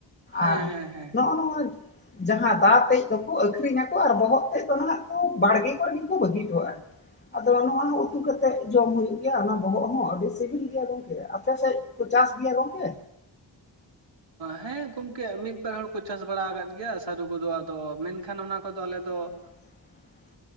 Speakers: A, on the right; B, on the left.
A: ᱦᱮᱸ
B: ᱟᱨ
A: ᱦᱮᱸ ᱦᱮᱸ
B: ᱱᱚᱜᱼᱚ ᱱᱚᱣᱟᱼᱼ ᱡᱟᱦᱟᱸ ᱫᱟᱜ ᱛᱮᱡ ᱫᱚᱠᱚ ᱟᱠᱷᱨᱤᱧᱟᱠᱚ ᱾ ᱟᱨ ᱵᱚᱦᱚᱜ ᱛᱮᱡ ᱫᱚ ᱱᱟᱜ ᱠᱚ ᱵᱟᱲᱜᱮ ᱠᱚᱨᱮᱜᱮᱠᱩ ᱵᱟᱹᱜᱤᱼᱼ ᱴᱚᱜᱼᱟᱭ ᱾ ᱟᱫᱚ ᱱᱚᱣᱟ ᱦᱚᱸ ᱩᱛᱩ ᱠᱟᱛᱮᱜ ᱡᱚᱢ ᱦᱩᱭᱩᱜ ᱜᱮᱭᱟ ᱚᱱᱟ ᱵᱚᱦᱚᱜ ᱦᱚᱸ ᱟᱹᱰᱤ ᱥᱤᱵᱤᱞ ᱜᱮᱭᱟ ᱜᱚᱝᱠᱮ ᱾ ᱟᱯᱮᱥᱮᱡᱼᱼ ᱠᱚ ᱪᱟᱥ ᱜᱮᱭᱟ ᱜᱚᱝᱠᱮ?
A: ᱦᱮᱸ ᱜᱚᱝᱠᱮ ᱢᱤᱫ ᱵᱟᱨ ᱦᱚᱲ ᱠᱚ ᱪᱟᱥ ᱵᱟᱲᱟ ᱟᱠᱟᱫ ᱜᱮᱭᱟ ᱥᱟᱹᱨᱩ ᱠᱚᱫᱚ ᱟᱫᱚ ᱢᱮᱱᱠᱷᱟᱱ ᱚᱱᱟ ᱠᱚᱫᱚ ᱟᱞᱮ ᱫᱚ ᱼᱼ
B: <inaudible>